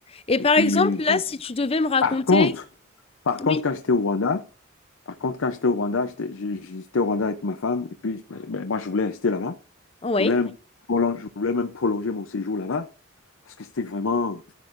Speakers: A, on the left (about 30°); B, on the left (about 80°).
A: Et
B: Et
A: par
B: puis,
A: exemple, là,
B: bon.
A: si tu devais me raconter
B: Par contre, par contre,
A: oui,
B: quand j'étais au Rwanda, par contre, quand j'étais au Rwanda, j'étais, je- j'étais au Rwanda avec ma femme. Et puis, ben, moi, je voulais rester là-bas.
A: oui?
B: Je voulais même prolon- je voulais même prolonger mon séjour là-bas parce que c'était vraiment,